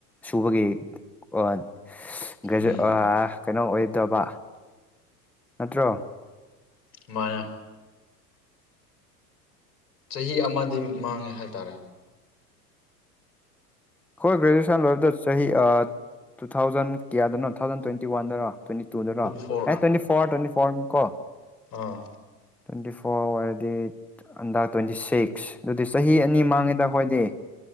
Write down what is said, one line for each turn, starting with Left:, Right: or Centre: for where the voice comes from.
Centre: ꯁꯨꯕꯒꯤ ꯑꯣ ꯒ꯭ꯔꯦꯖꯨꯋꯦꯠ
Left: ꯎꯝ
Centre: ꯑꯥ ꯀꯩꯅꯣ ꯑꯣꯏꯗꯕ ꯅꯠꯇ꯭ꯔꯣ
Left: ꯃꯥꯟꯅꯦ ꯆꯍꯤ ꯑꯃꯗꯤ ꯃꯥꯡꯉꯦ ꯍꯥꯏꯇꯥꯔꯦ
Centre: ꯑꯩꯈꯣꯏ ꯒ꯭ꯔꯦꯖꯨꯑꯦꯁꯟ ꯂꯣꯏꯕꯗꯣ ꯆꯍꯤ ꯑꯥ ꯇꯨ ꯊꯥꯎꯖꯟ ꯀꯌꯥꯗꯅꯣ ꯊꯥꯎꯖꯟ ꯇ꯭ꯋꯦꯟꯇꯤ ꯋꯥꯟꯗꯔ ꯇ꯭ꯋꯦꯟꯇꯤ ꯇꯨꯗꯔꯣ
Left: ꯇ꯭ꯋꯦꯟꯇꯤ four
Centre: ꯑꯦ twenty four twenty four ꯅꯤ ꯀꯣ
Left: ꯑꯥ
Centre: ꯇ꯭ꯋꯦꯟꯇꯤ ꯐꯣꯔ ꯑꯣꯏꯔꯗꯤ ꯑꯟꯗ ꯇ꯭ꯋꯦꯟꯇꯤ ꯁꯤꯛꯁ ꯑꯗꯨꯗꯤ ꯆꯍꯤ ꯑꯅꯤ ꯃꯥꯡꯉꯦꯗ ꯑꯩꯈꯣꯏꯗꯤ